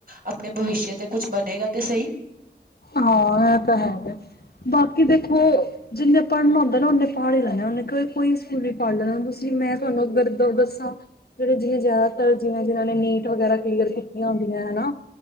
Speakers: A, on the right; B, on the left.
A: ਆਪਣੇ ਭਵਿਸ਼ੇ ਤੇ ਕੁਛ ਬਨੇਗਾ ਤੇ ਸਈ।
B: ਹਾਂ ਐ ਤਾ ਹੈਗਾ ਬਾਕੀ ਦੇਖੋ ਜਿੰਨੇ ਪੜਨਾ ਹੁੰਦਾ ਨਾ ਓਨੇ ਪੜ ਈ ਲੈਣਾ ਉਨੇ ਕਿ ਕੋਈ ਸਕੂਲ ਵੀ ਪੜ੍ਹ ਲੈਨਾ ਤੁਸੀ ਮੈਂ ਤੁਆਨੂੰ ਅਗਰ ਦ ਦੱਸਾਂ। ਜੇੜੇ ਜਿਵੇਂ ਜਆਦਾਤਰ ਜਿਵੇਂ ਜਿਨ੍ਹਾਂ ਨੇ ਨੀਟ ਵਗੈਰਾ ਕਲੀਅਰ ਕੀਤੀਆਂ ਹੁੰਦੀਆਂ ਹਨਾ।